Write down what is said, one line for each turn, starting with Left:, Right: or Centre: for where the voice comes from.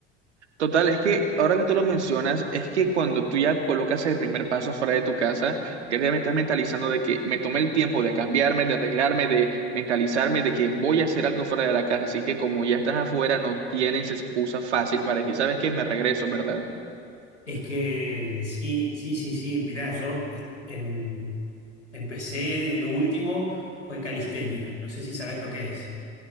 Right: Total, es que ahora que tú lo mencionas, es que cuando tú ya colocas el primer paso fuera de tu casa, ya te estás mentalizando de que me tomé el tiempo de cambiarme, de arreglarme, de mentalizarme, de que voy a hacer algo fuera de la casa. Así que como ya estás afuera, no tienes excusa fácil para decir, ¿sabes qué? Me regreso, ¿verdad?
Left: Es que sí, sí, sí, sí. Mirá, yo pues, em- empecé, lo último fue calistenia. No sé si sabes lo que es.